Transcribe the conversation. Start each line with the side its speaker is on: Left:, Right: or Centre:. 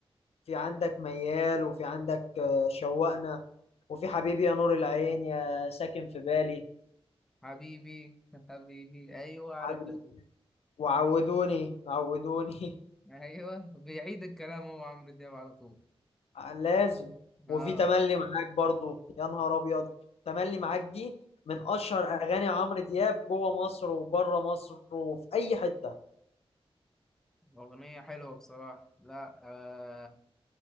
Left: في عندك ميال وفي عندك آه، شوقنا وفي حبيبي يا نور العين يا ساكن في بالي
Centre: حبيبي حبيبي ايوه عرفتك
Left: حبيبي وعودوني عودوني
Centre: ايوه بيعيد الكلام هو عمرو دياب على طول
Left: <laughs> لازم
Centre: اه
Left: وفي تملي معاك برضو يا نهار ابيض تملي معاك دي من اشهر اغاني عمرو دياب جوه مصر وبره مصر وفي اي حته
Centre: اغنيه حلوه بصراحه لا آه